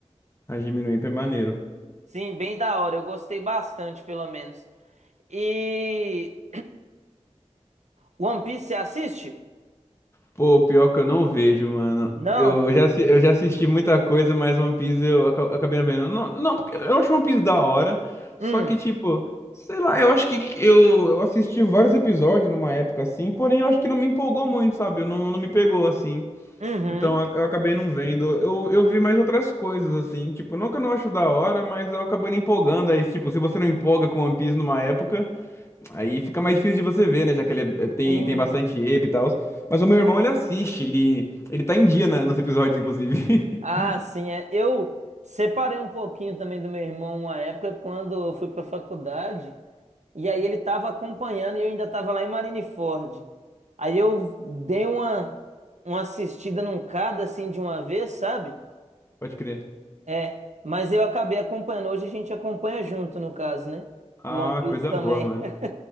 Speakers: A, on the left; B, on the right.
A: A Jimmy no IPA é maneiro.
B: Sim, bem da hora, eu gostei bastante, pelo menos. E One Piece, você assiste?
A: Pô, pior que eu não vejo, mano.
B: Não?
A: Eu já, assi- eu já assisti muita coisa, mas One Piece eu aca- acabei não vendo. Não, não, porque eu acho One Piece da hora. Só
B: Hum,
A: que, tipo, sei lá, eu acho que eu, eu assisti vários episódios numa época assim, porém eu acho que não me empolgou muito, sabe? Eu não, não me pegou assim.
B: uhum,
A: Então eu eu acabei não vendo. Eu, eu vi mais outras coisas, assim. Tipo, não que eu não acho da hora, mas eu acabei não empolgando. Aí, tipo, se você não empolga com One Piece numa época. Aí fica mais difícil de você ver, né? Já que ele é- é, tem,
B: sim.
A: tem bastante epe e tal. Mas o meu irmão, ele assiste, ele, ele tá em dia na- nos episódios, inclusive. <laughs>
B: Ah, sim, é. Eu separei um pouquinho também do meu irmão uma época quando eu fui pra faculdade. E aí ele tava acompanhando e eu ainda tava lá em Marineford. Aí eu dei uma, uma assistida num cada assim de uma vez, sabe?
A: Pode crer.
B: É, mas eu acabei acompanhando. Hoje a gente acompanha junto, no caso, né?
A: Ah,
B: O One Piece
A: coisa
B: também.
A: boa, mano.
B: <laughs>